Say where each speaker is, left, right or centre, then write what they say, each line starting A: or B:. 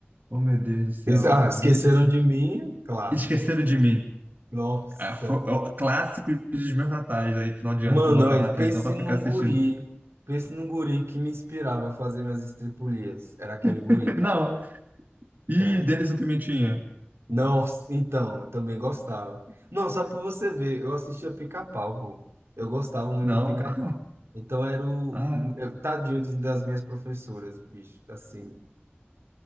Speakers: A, on the right; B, on the right.
A: Oh, meu Deus do céu,
B: Isso, ah, Esqueceram
A: muito fã.
B: de Mim, clássico.
A: Esqueceram de mim.
B: Nossa.
A: É, foi- é o clássico dos meus natais aí, final de
B: Mano,
A: ano que eu botava
B: olha,
A: na televisão
B: pense
A: pra
B: num
A: ficar assistindo.
B: guri. Pense num guri que me inspirava a fazer minhas estripulias. Era aquele
A: <laughs>
B: guri, cara.
A: Não. E
B: É.
A: Denis o Pimentinha?
B: Nossa, então, eu também gostava. Não, só pra você ver, eu assistia Pica-Pau, pô. Eu gostava muito
A: Não,
B: do Pica-Pau.
A: <laughs> velho.
B: Então era o
A: Ah,
B: eu- tadinho dos- das minhas professoras, bicho, assim.